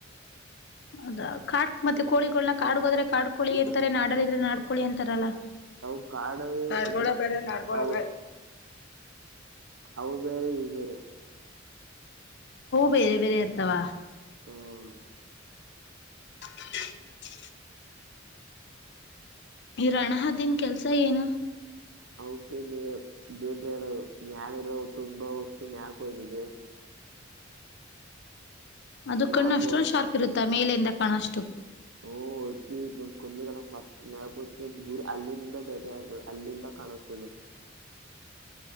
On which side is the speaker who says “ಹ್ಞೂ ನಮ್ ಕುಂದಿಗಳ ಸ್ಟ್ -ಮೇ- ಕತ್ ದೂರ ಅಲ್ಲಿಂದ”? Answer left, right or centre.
Right